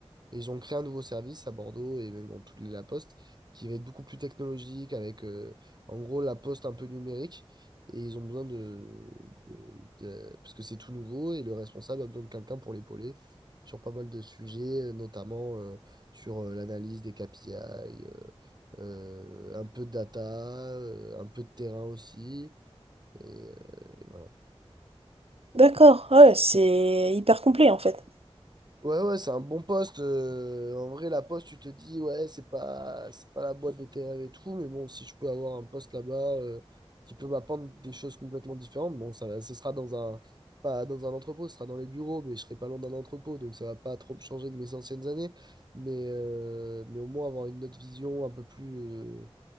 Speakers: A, on the right; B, on the right.
A: Et ils ont créé un nouveau service à Bordeaux et même dans toute la Poste qui va être beaucoup plus technologique avec euh, en gros la Poste un peu numérique. Et ils ont besoin de, de- de- parce que c'est tout nouveau et le responsable a besoin de quelqu'un pour l'épauler sur pas mal de sujets, euh, notamment euh, sur euh, l'analyse des KPI, euh, euh, un peu de data, euh, un peu de terrain aussi. et euh, et voilà.
B: d'accord, ouais, c'est hyper complet en fait.
A: Ouais, ouais, c'est un bon poste. euh, en vrai, la poste, tu te dis, ouais, c'est pas, c'est pas la boîte de tes rêves et tout, mais bon, si je peux avoir un poste là-bas euh, qui peut m'apprendre des choses complètement différentes, bon, ça, ce sera dans un, pas dans un entrepôt, ce sera dans les bureaux, mais je serai pas loin d'un entrepôt, donc ça va pas trop me changer de mes anciennes années, mais, euh, mais au moins avoir une autre vision un peu plus euh,